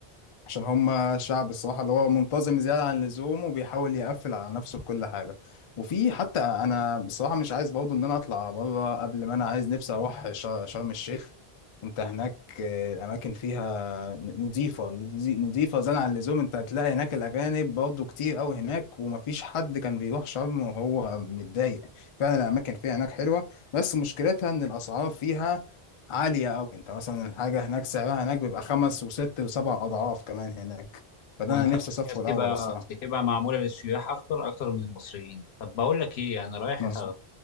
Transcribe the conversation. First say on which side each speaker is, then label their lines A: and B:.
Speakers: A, on the left; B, on the left.
A: عشان هم شعب الصراحة اللي هو منتظم زيادة عن اللزوم وبيحاول يقفل على نفسه في كل حاجة وفي حتى أنا بصراحة مش عايز برضه إن أنا أطلع بره قبل ما أنا عايز نفسي أروح ش- شرم الشيخ أنت هناك آه، الأماكن فيها ن- نضيفة نضي- نضيفة زيادة عن اللزوم أنت هتلاقي هناك الأجانب برضه كتير أوي هناك ومفيش حد كان بيروح شرم وهو متضايق فعلا الأماكن فيها هناك حلوة بس مشكلتها إن الأسعار فيها عالية أوي أنت مثلا الحاجة هناك سعرها هناك بيبقى خمس وست وسبع أضعاف كمان هناك فده
B: وأنا
A: أنا
B: فاهم
A: نفسي
B: إن
A: أصفه
B: هي بتبقى
A: الأول الصراحة
B: بتبقى معمولة للسياح أكتر أكتر من المصريين طب بقول لك إيه أنا رايح
A: مظبوط